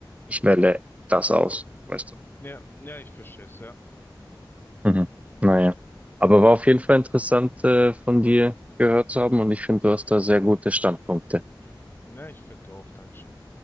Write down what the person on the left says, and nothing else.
Ja. Ja, ich verstehe es, ja.
Mhm. Ja, ich finde auch, Dankeschön.